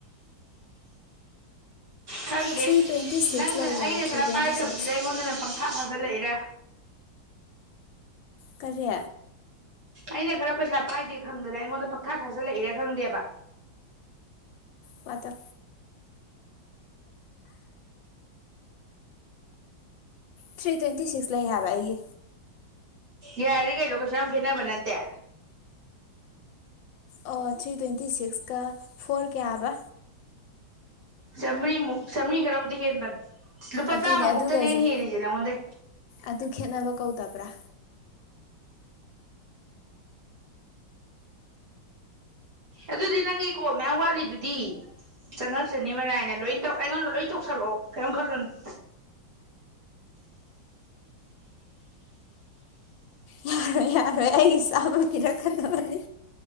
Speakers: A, on the right; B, on the left.
A: ꯈꯪꯗꯦ
B: ꯊ꯭ꯔꯤ ꯇ꯭ꯋꯦꯟꯇꯤ ꯁꯤꯛꯁ
A: ꯅꯪꯅ
B: ꯂꯩꯕꯅꯦ
A: ꯑꯩꯅ
B: ꯊ꯭ꯔꯤ
A: ꯈꯔ
B: ꯇ꯭ꯋꯦꯟꯇꯤ
A: ꯄꯥꯏꯗꯕꯁꯤꯗ
B: ꯁꯤꯛꯁ
A: ꯑꯩꯉꯣꯟꯗꯅ ꯄꯪꯊ ꯏꯁꯥ ꯐꯖ ꯂꯩꯔꯦ
B: ꯀꯔꯤ
A: ꯑꯩꯅ ꯈꯔ ꯄꯩꯁꯥ ꯄꯥꯏꯗꯦ ꯈꯪꯗꯅ ꯑꯩꯉꯣꯟꯗ ꯄꯛꯊꯥ ꯊꯥꯖꯜꯂꯛꯏꯔ ꯈꯪꯗꯦꯕ
B: ꯇ ꯊ꯭ꯔꯤ ꯇ꯭ꯋꯦꯟꯇꯤ ꯁꯤꯛꯁ ꯂꯩ ꯍꯥꯏꯕ ꯑꯩꯒꯤ
A: ꯌꯥꯔꯦ ꯀꯩꯅꯣ ꯀꯩꯁꯨ ꯌꯥꯝ ꯈꯦꯠꯅꯕ ꯅꯠꯇꯦ
B: ꯑꯣ ꯊ꯭ꯔꯤ ꯇ꯭ꯋꯦꯟꯇꯤ ꯁꯤꯛꯁꯀ ꯐꯣꯔ ꯀꯌꯥꯕ
A: ꯁ ꯁꯦꯝꯦꯅꯤ ꯈꯔꯕꯗꯤ ꯍꯦꯗ ꯂꯨꯄꯥ
B: ꯑꯗꯨꯅꯦ
A: ꯆꯥꯃ
B: ꯑꯗꯨꯒꯁꯦ
A: ꯃꯨꯛꯇꯅꯦꯟ ꯍꯗ ꯅ ꯃꯗꯦ
B: ꯑꯗꯨ ꯈꯦꯠꯅꯕ ꯀꯧꯗꯕ꯭ꯔꯥ
A: ꯑꯗꯨꯗꯤ ꯅꯪꯒꯤ ꯀꯣ ꯃꯌꯥꯝ ꯋꯥꯠꯂꯤꯗꯨꯗꯤ ꯆꯪꯉꯛꯁꯤꯅꯤ ꯃꯔꯥꯏꯅ ꯂꯣꯏ ꯑꯩꯉꯣꯟꯗ ꯂꯣꯏ ꯇꯧꯁꯜꯂꯛꯑꯣ ꯀꯔꯤꯝ ꯈꯜꯂꯨꯅꯣ <unintelligible>
B: ꯌꯥꯔꯣꯏ ꯌꯥꯔꯣꯏ ꯑꯩꯒꯤ ꯏꯁꯥꯃꯛ ꯀꯤꯔꯛꯀꯗꯕꯅꯤ